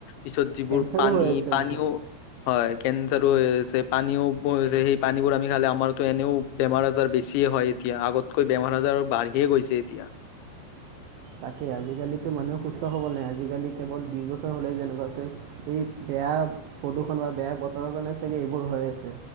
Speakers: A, on the left; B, on the right.
A: পিছত যিবোৰ
B: কেঞ্চাৰো
A: পানী
B: হৈ আছে
A: পানীও
B: বহুত
A: হয় কেঞ্চাৰো হৈছে পানীও সেই পানীবোৰ আমি খালে আমাৰতো এনেও বেমাৰ আজাৰ বেছিয়ে হয় এতিয়া আগতকৈ বেমাৰ আজাৰ বাঢ়িয়ে গৈছে এতিয়া।
B: তাকেই আজিকালিতো মানুহে সুস্থ হ'ব নাই আজিকালি কেৱল বিছ বছৰ হ'লেই যেনেকুৱাকৈ এই বেয়া প্ৰদূষণ বা বেয়া বতৰৰ কাৰণে চাগে এইবোৰ হৈ আছে